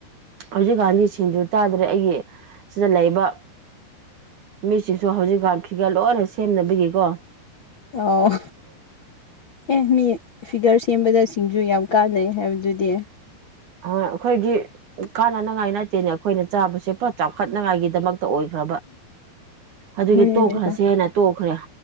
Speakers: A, on the right (about 55°); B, on the left (about 50°).
A: ꯍꯧꯖꯤꯛꯀꯥꯟꯗꯤ ꯁꯤꯡꯖꯨ ꯆꯗ꯭ꯔꯦ ꯑꯩꯒꯤ ꯁꯤꯗ ꯂꯩꯕ ꯃꯤꯁꯤꯡꯁꯨ ꯍꯧꯖꯤꯛꯀꯥꯟ ꯐꯤꯒꯔ ꯂꯣꯏꯅ ꯁꯦꯝꯅꯕꯤꯒꯤꯀꯣ
B: ꯑꯣꯣ ꯑꯦ ꯃꯤ ꯐꯤꯒꯔ ꯁꯦꯝꯕꯗ ꯁꯤꯡꯁꯨ ꯌꯥꯝ ꯀꯥꯟꯅꯩ ꯍꯥꯏꯕꯗꯨꯗꯤ
A: ꯍꯣꯢ ꯑꯩꯈꯣꯏꯒꯤ ꯀꯥꯟꯅꯅꯉꯥꯏ ꯅꯠꯇꯦꯅꯦ ꯑꯩꯈꯣꯏꯅ ꯆꯥꯕꯁꯦ ꯄꯨꯔ ꯆꯥꯎꯈꯠꯅꯉꯥꯏꯒꯤꯗꯃꯛꯇ ꯑꯣꯏ ꯔꯕ ꯑꯗꯨꯒꯤ
B: ꯍꯣꯏꯅꯦꯀꯣ
A: ꯇꯣꯛꯈ꯭ꯔꯁꯤ ꯍꯢꯅ ꯇꯣꯛꯈ꯭ꯔꯦ